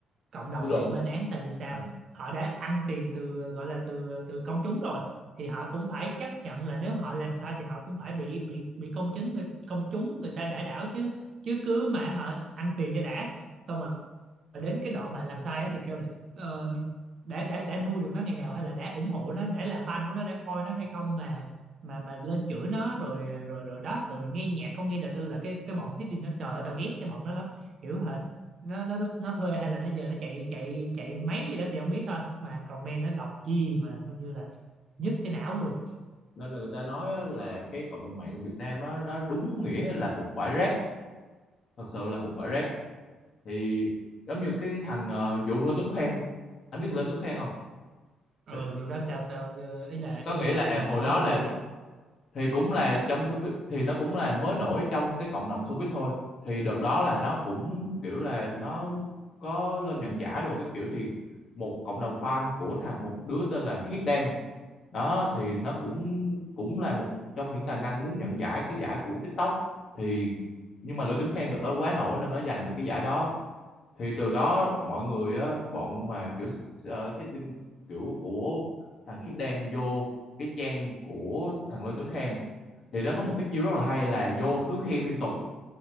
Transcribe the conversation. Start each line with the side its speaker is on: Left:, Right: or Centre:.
Right: cộng đồng
Left: dư luận
Right: mạng lên án tại vì sao
Left: Ừ.
Right: họ đã ăn tiền từ gọi là từ từ công chúng rồi thì họ cũng phải chấp nhận là nếu họ làm sai thì họ cũng phải bị bị bị công chúng người công chúng người ta đã đảo chứ chứ cứ mà họ ăn tiền cho đã xong rồi đến cái đoạn mà làm sai á thì kêu là ờ, đã đã đã nuôi được nó ngày nào hay là đã ủng hộ nó đã là fan của nó đã coi nó hay không mà mà mà lên chửi nó rồi rồi rồi đó rồi nghe nhạc không nghe đời tư là cái cái bọn Sydney nó trời ơi tao ghét cái bọn nó lắm kiểu hệt nó nó nó thuê hay là nó giờ nó chạy chạy chạy máy gì đó thì không biết thôi mà comment nó đọc gì mà coi như là nhức cái não luôn
Left: nên là người ta nói á, là cái cộng đồng mạng Việt Nam á, nó đúng nghĩa là một bãi rác thật sự là một bãi rác thì giống như cái thằng uh, Lê Tuấn Khang anh biết Lê Tuấn Khang không
Right: ờ
Left: thì
Right: dù đó sao tao ờ, ý là
Left: có
Right: ý
Left: nghĩa
Right: là
Left: là
Right: mày đang định
Left: hồi
Right: nói
Left: đó
Right: chủ
Left: là
Right: đề gì
Left: thì cũng là trong showbiz thì nó cũng là mới nổi trong cái cộng đồng showbiz thôi thì đợt đó là nó cũng kiểu là nó có lên nhận giải đồ các kiểu thì một cộng đồng fan của thằng một đứa tên là Khiết Đan đó thì nó cũng cũng là một trong những tài năng muốn nhận giải cái giải của TikTok thì nhưng mà Lữ Tuấn Khang đợt đó quá nổi nên nó giành được cái giải đó thì từ đó mọi người á, bọn mà kiểu ờ, setting kiểu của thằng Khiết Đan vô cái trang của thằng Lê Tuấn Khang thì nó có một cái chiêu rất là hay là vô cứ khen liên tục